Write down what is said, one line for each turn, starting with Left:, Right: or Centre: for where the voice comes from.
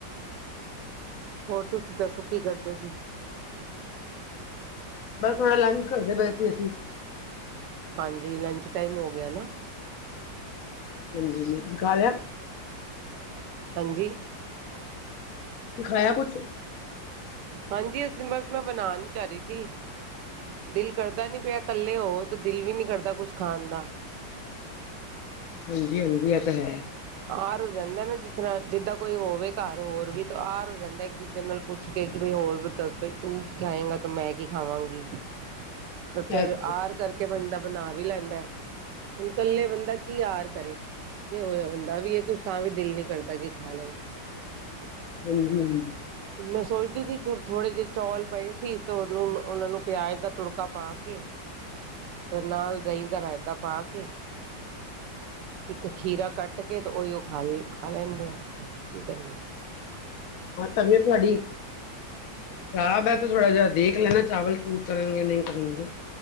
Right: ਹੋਰ ਤੁਸੀਂ ਦੱਸੋ ਕੀ ਕਰਦੇ ਸੀ
Left: ਬਸ ਥੋੜਾ ਲੰਚ ਕਰਦੇ ਪਏ ਸੀ ਅਸੀਂ
Right: ਹਾਂਜੀ, ਲੰਚ ਟਾਈਮ ਹੋ ਗਿਆ ਨਾ
Left: ਹਾਂਜੀ ਦਿਖਾ ਲਿਆ
Right: ਹਾਂਜੀ
Left: ਸਿਖਾਇਆ ਕੁਛ
Right: ਹਾਂਜੀ ਅਸੀਂ ਬਸ ਮੈਂ ਬਣਾ ਨੀ ਜਾ ਰਹੀ ਸੀ ਦਿਲ ਕਰਦਾ ਨੀ ਪਿਆ ਇਕੱਲੇ ਹੋ ਤੇ ਦਿਲ ਵੀ ਨੀ ਕਰਦਾ ਕੁਛ ਖਾਣ ਦਾ
Left: ਹਾਂਜੀ -ਹਾਂਜੀ ਆ ਤਾਂ ਹੈ
Right: ਆਰ ਹੋ ਜਾਂਦਾ ਨੇ ਜ ਤਰ੍ਹਾਂ ਜਿੱਦਾਂ ਕੋਈ ਹੋਵੇ ਘਰ ਹੋਰ ਵੀ ਤਾਂ ਆਰ ਹੋ ਜਾਂਦਾ ਇੱਕ ਦੂਜੇ ਨਾਲ ਪੁੱਛ ਕੇ ਕਿ ਬਈ ਹੋਰ ਬਈ ਤੂੰ ਕੀ ਖਾਏਂਗਾ, ਤਾਂ ਮੈਂ ਕੀ ਖਾਵਾਂਗੀ ਤੇ ਫਿਰ
Left: ਹਾਂਜੀ
Right: ਆਰ ਕਰਕੇ ਬੰਦਾ ਬਣਾ ਵੀ ਲੈਂਦਾ, ਹੁਣ ਇਕੱਲੇ ਬੰਦਾ ਕੀ ਆਰ ਕਰੇ ਜੇ ਹੋਇਆ ਹੁੰਦਾ ਦਾ ਵੀ ਇਹ ਕੁਛ ਤਾਂ ਵੀ ਦਿਲ ਨੀ ਕਰਦਾ ਕਿ ਖਾ ਲਓ
Left: ਹਮ ਹਮ
Right: ਮੈਂ ਸੋਚਦੀ ਸੀ ਥੋੜੇ ਜਿਹੇ ਚੌਲ ਪਏ ਸੀ ਤੇ ਉਹਨੂੰ ਉਹਨਾਂ ਨੂੰ ਪਿਆਜ ਦਾ ਤੁੜਕਾ ਪਾ ਕੇ
Left: <inaudible> <inaudible>
Right: ਤੇ ਨਾਲ ਦਹੀਂ ਦਾ ਰਾਇਤਾ ਪਾ ਕੇ, ਇੱਕ ਖੀਰਾ ਕੱਟ ਕੇ ਤਾਂ ਉਹੀਓ ਖ ਖਾ ਲੈਂਦੇ ਆਂ ਕੀ ਕਰੀ
Left: ਹਾਂ ਤਬੀਅਤ ਤੁਹਾਡੀ ਖਰਾਬ ਹੈ ਤੇ ਥੋੜਾ ਜਿਹਾ ਦੇਖ ਲੈਣਾ ਚਾਵਲ ਸੂਟ ਕਰਨਗੇ ਨਹੀਂ ਕਰਨਗੇ